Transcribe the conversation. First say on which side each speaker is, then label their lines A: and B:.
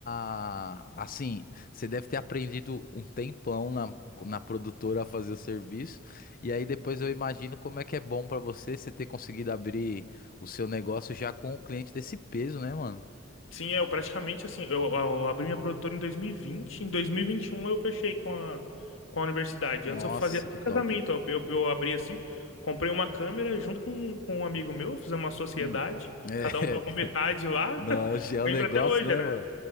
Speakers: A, on the left; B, on the left.
A: a- Assim, você deve ter aprendido um tempão na, na produtora a fazer o serviço. E aí depois eu imagino como é que é bom pra você você ter conseguido abrir o seu negócio já com o cliente desse peso, né, mano?
B: Sim, é, eu praticamente assim, eu, eu abri minha produtora em dois mil e vinte em dois mil e e vinte e um eu fechei com a, com a universidade.
A: Nossa,
B: Antes eu fazia
A: que
B: só
A: top.
B: casamento, eu, eu, eu abri assim, comprei uma câmera junto com, com um amigo meu, fizemos uma sociedade,
A: Hum. É.
B: cada um pagou metade
A: <laughs>
B: lá.
A: Não,
B: <laughs>
A: já é
B: Lembro
A: um negócio,
B: até hoje,
A: né,
B: era,
A: mano?